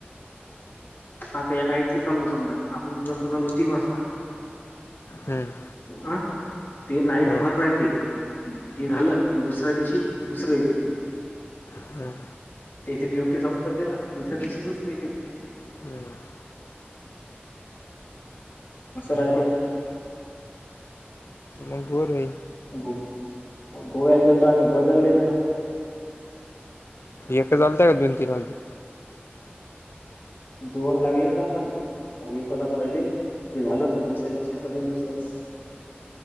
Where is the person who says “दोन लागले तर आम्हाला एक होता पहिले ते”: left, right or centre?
Left